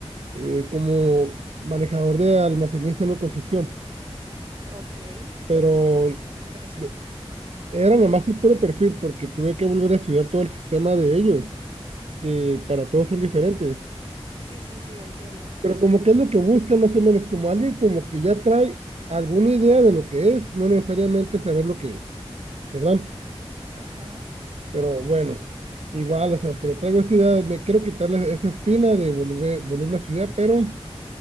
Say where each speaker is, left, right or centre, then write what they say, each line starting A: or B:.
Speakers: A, on the right (about 80°); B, on the right (about 50°).
A: eh, como manejador de almacenista en una construcción,
B: Ok, qué
A: pero
B: interesante.
A: de- era nomás el puro perfil porque tuve que volver a estudiar todo el sistema de ellos, que para todos
B: Ah.
A: son diferentes.
B: Sí, sí, sí, entiendo.
A: Pero como que es lo que buscan más o menos, como alguien como que ya trae alguna idea de lo que es, no necesariamente saber lo que es, ¿verdad?
B: Ajá.
A: Pero bueno, igual, o sea, pero traigo esa idea, me quiero quitarle esa espina de volver, volverme a estudiar, pero